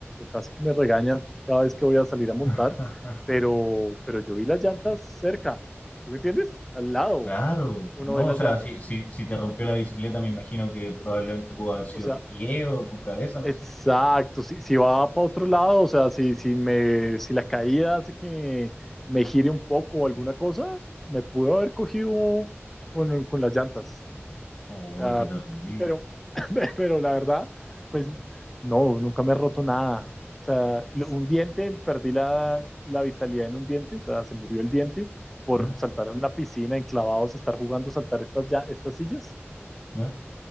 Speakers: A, in the centre; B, on the left (about 35°).
A: casi que me regaña cada vez que voy a salir a montar,
B: <laughs>
A: pero, pero yo vi las llantas cerca, ¿sí ¿me entiendes? Al lado
B: Claro,
A: uno
B: no,
A: ve las
B: o sea,
A: llantas.
B: si, si, si te rompió la bicicleta, me imagino que probablemente pudo haber sido
A: O sea,
B: tu pie o tu cabeza, no
A: exacto.
B: sé.
A: Si, si va para otro lado, o sea, si, si, me, si la caída hace que me gire un poco o alguna cosa, me pudo haber cogido con, con las llantas.
B: Uy,
A: O sea,
B: qué terrible.
A: pero, <laughs> pero la verdad, pues no, nunca me he roto nada. O sea, lo- un diente, perdí la, la vitalidad en un diente, o sea, se murió el diente por
B: ¿Ya?
A: saltar en una piscina, enclavados, estar jugando, saltar estas, ya, estas sillas.
B: ¿Ya?